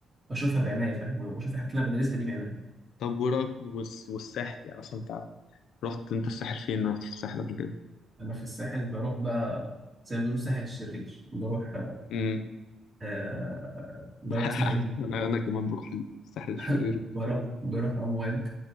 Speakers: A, on the right; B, on the left.
A: وأشوفها بعناية فاهم وأشوف الحاجات اللي أنا بدرسها دي بعناية
B: طب ورا والس- والساحل يعني أصلا أنت رحت أنت الساحل فين؟ رحت في الساحل قبل كده؟
A: أنا في الساحل بروح بقى زي ما بيقولوا الساحل الشرير بروح
B: امم
A: آه، بروح
B: <laughs>
A: اسمها إيه
B: أنا أنا كمان بروح الساحل الشرير
A: <laughs> بروح بروح أمواج